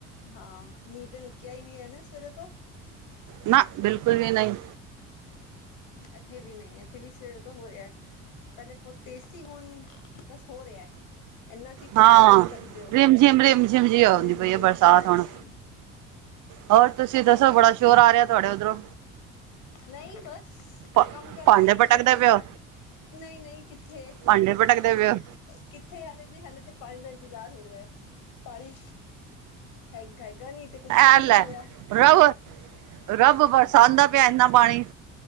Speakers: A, on the left; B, on the right.
A: ਹਾਂ, ਮੀਂਹ ਤੇ ਰੁਕਿਆ, ਹੀ ਨੀ ਹੈ ਨਾ, ਸਵੇਰੇ ਤੋਂ
B: ਨਾ, ਬਿਲਕੁਲ ਵੀ ਨਹੀਂ।
A: ਇੱਥੇ ਵੀ ਨਹੀਂ, ਇੱਥੇ ਵੀ ਸਵੇਰੇ ਤੋਂ ਹੋ ਰਿਹਾ। ਪਹਿਲੇ ਬਹੁਤ ਤੇਜ਼ ਸੀ, ਹੁਣ ਬਸ ਹੋ ਰਿਹਾ। ਇੰਨਾ ਕੀ,
B: ਹਾਂ
A: ਫਿਰ ਸਕਦੇ ਹੋ,
B: ਰਿਮ ਝਿਮ ਰਿਮ ਝਿਮ ਜੀ ਆਉਂਦੀ
A: ਜਿਮ-ਜਿਮ
B: ਪਈ ਹੈ ਬਰਸਾਤ
A: ਜੀ ਹਾਂਜੀ।
B: ਹੁਣ ਹੋਰ, ਤੁਸੀਂ ਦੱਸੋ ਬੜਾ ਸ਼ੋਰ ਆ ਰਿਹਾ, ਤੁਹਾਡੇ ਉੱਧਰੋਂ
A: ਨਹੀਂ, ਬਸ
B: ਭਾ
A: ਕੰਮ ਕਰ
B: ਭਾਂਡੇ
A: ਰਹੇ ਸੀ,
B: ਪਟਕਦੇ
A: ਛੋਟਾ, ਮੋਟਾ
B: ਪਏ ਹੋ
A: ਨਹੀਂ -ਨਹੀਂ, ਕਿੱਥੇ
B: ਭਾਂਡੇ ਪਟਕਦੇ ਪਏ ਹੋ
A: ਕਿੱਥੇ, ਹਲੇੇ ਨਹੀਂ, ਹਲੇੇ ਤੇ ਪਾਣੀ ਦਾ ਇੰਤਜ਼ਾਰ ਹੋ ਰਿਹਾ ਹੈ। ਪਾਣੀ ਹੈਗਾ, ਹੈਗਾ ਨੀ ਤੇ ਕੁੱਝ
B: ਐ,
A: ਕੰਮ
B: ਲੈ
A: ਨੀ ਹੋਇਆ
B: ਰੱਬ- ਰੱਬ, ਬਰਸਾਉੰਦਾ ਪਿਆ, ਇੰਨਾ ਪਾਣੀ